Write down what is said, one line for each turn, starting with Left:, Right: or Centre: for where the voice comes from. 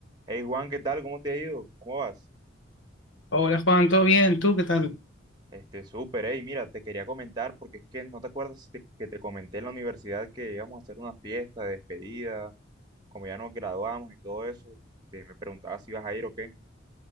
Right: Hey Juan, ¿qué tal? ¿Cómo te ha ido? ¿Cómo vas?
Left: Hola Juan, ¿todo bien? ¿Tú qué tal?
Right: Este, súper, hey, mira, te quería comentar porque es que no te acuerdas te- que te comenté en la universidad que íbamos a hacer una fiesta de despedida, como ya nos graduamos y todo eso, este, me preguntaba si ibas a ir o qué.